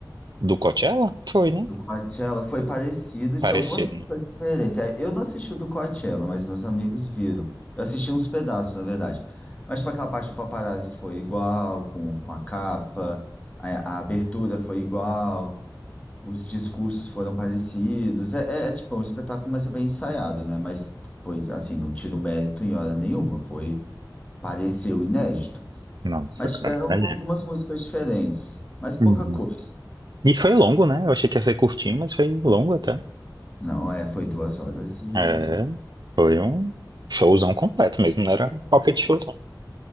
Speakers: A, on the right; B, on the left.
A: do Coachella? Foi, né?
B: Do Coachella foi parecido,
A: Parecido.
B: tinha algumas músicas
A: né?
B: diferentes. É, Eu não assisti o do Coachella, mas meus amigos viram. Eu assisti uns pedaços, na verdade. Mas para aquela parte do Paparazzi foi igual, com, com a capa, a, a abertura foi igual, os discursos foram parecidos. É, é, é, tipo é um espetáculo, mas é bem ensaiado, né? Mas foi assim, não tiro mérito em hora nenhuma, foi, pareceu inédito.
A: Nossa,
B: Mas
A: cara.
B: tiveram
A: tá
B: algumas músicas diferentes, mas pouca
A: Uhum.
B: coisa.
A: E foi longo, né? Eu achei que ia ser curtinho, mas foi longo até.
B: Não, é, foi duas horas e
A: É,
B: cacete.
A: foi um showzão completo mesmo, não era pocket show. não.